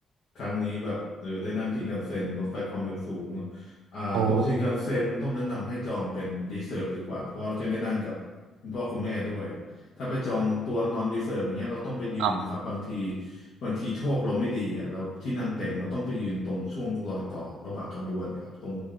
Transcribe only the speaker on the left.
ครั้งนี้แบบเออได้นั่งชินคันเซ็นรถไฟความเร็วสูงเนาะอ่าตัวชินคันเซ็นต้องแนะนำให้จองเป็นรีเซิร์ฟดีกว่าเพราะเราจะแนะนำกับคุณพ่อคุณแม่ด้วย
ถ้าไปจองตัวนอนรีเซิร์ฟอย่างเงี้ยเราต้องไปยืนนะครับบางที
บางทีโชคเราไม่ดีอ่ะเราที่นั่งเต็มเราต้องไปยืนตรงช่วงรอยต่อระหว่างขบวนครับตรง